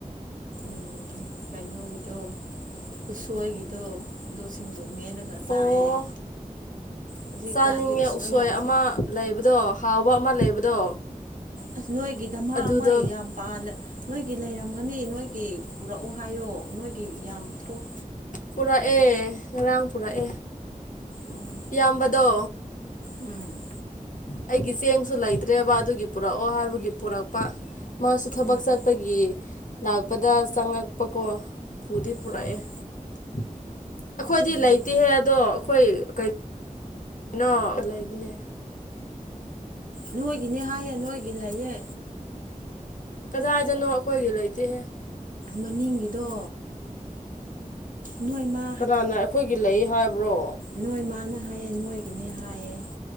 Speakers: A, on the right (about 70°); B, on the left (about 65°).
A: ꯎ ꯀꯩꯅꯣꯒꯤꯗꯣ ꯎꯁꯣꯏꯒꯤꯗꯣ ꯑꯗꯨ ꯁꯤꯡꯖꯨ ꯃꯦꯜꯂꯒ ꯈ ꯇꯥꯏꯌꯦ
B: ꯑꯣ
A: ꯍꯧꯖꯤꯛꯀꯥꯟꯗꯤ
B: ꯆꯥꯅꯤꯡꯉꯦ
A: ꯎꯁꯑ
B: ꯎꯁꯣꯏ
A: ꯌꯥꯝ
B: ꯑꯃ
A: ꯊꯣꯛ
B: ꯂꯩꯕꯗꯣ ꯍꯥꯎꯕ ꯑꯃ ꯂꯩꯕꯗꯣ
A: ꯑꯁ ꯅꯣꯏꯒꯤ ꯗꯙꯃꯥ
B: ꯑꯗꯨꯗꯣ
A: ꯑꯃ ꯌꯥꯝ ꯅꯣꯏꯒꯤ ꯂꯩꯔꯝꯒꯅꯤ ꯅꯣꯏꯒꯤ ꯄꯨꯔꯛꯑꯣ ꯍꯥꯏꯌꯣ ꯅꯣꯏꯒꯤ ꯌꯥꯝ ꯊꯣꯛ
B: ꯄꯨꯔꯛꯑꯦ ꯉꯔꯥꯡ ꯄꯨꯔꯛꯑꯦ
A: ꯎꯝ
B: ꯏꯕꯗꯣ
A: ꯎꯝ
B: ꯑꯩꯒꯤ ꯆꯦꯡꯁꯨ ꯂꯩꯇ꯭ꯔꯦꯕ ꯑꯗꯨꯒꯤ ꯄꯨꯔꯛꯑꯣ ꯍꯥꯏꯕꯒꯤ ꯄꯨꯔꯛꯄ ꯃꯥꯁꯨ ꯊꯕꯛ
A: ꯎꯝ
B: ꯆ ꯑꯄꯒꯤ ꯂꯥꯛꯄꯗ ꯆꯪꯉꯛꯄꯀꯣ ꯄꯨꯗꯤ ꯄꯨꯔꯛꯑꯦ
A: ꯑꯣ
B: <unintelligible> ꯑꯩꯈꯣꯏꯗꯤ
A: ꯎꯝ
B: ꯂꯩꯇꯦꯍꯦ ꯑꯗꯣ ꯑꯩꯈꯣꯏ ꯀꯅꯣ ꯂꯩꯕꯅꯦ
A: ꯅꯣꯏꯒꯤꯅꯦ ꯍꯥꯏꯌꯦ ꯅꯣꯏꯒꯤ ꯂꯩꯌꯦ
B: ꯀꯗꯥꯏꯗꯅꯣ ꯑꯩꯈꯣꯏꯒꯤ ꯂꯩꯇꯦꯍꯦ
A: ꯃꯅꯤꯡꯒꯤꯗꯣ ꯅꯣꯏ ꯏꯃ
B: ꯀꯅꯥꯅ ꯑꯩꯈꯣꯏꯒꯤ ꯂꯩ ꯍꯥꯏꯕ꯭ꯔꯣ
A: ꯅꯣꯏ ꯃꯥꯅ ꯍꯥꯏꯌꯦ ꯅꯣꯏꯒꯤꯅꯦ ꯍꯥꯏꯌꯦ